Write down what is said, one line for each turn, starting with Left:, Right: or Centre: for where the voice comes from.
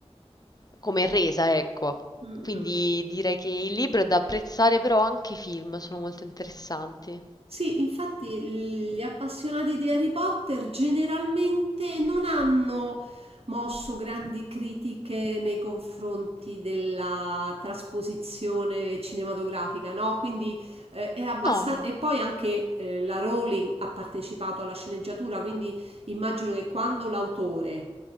Left: come resa, ecco.
Right: mm,
Left: Quindi
Right: mm.
Left: direi che il libro è da apprezzare, però anche i film sono molto interessanti.
Right: Sì, infatti gli appassionati di Harry Potter generalmente non hanno mosso grandi critiche nei confronti della trasposizione cinematografica, no? Quindi eh, è abbastanza...
Left: No,
Right: E poi anche eh, la Rowling ha partecipato alla sceneggiatura, quindi immagino che quando l'autore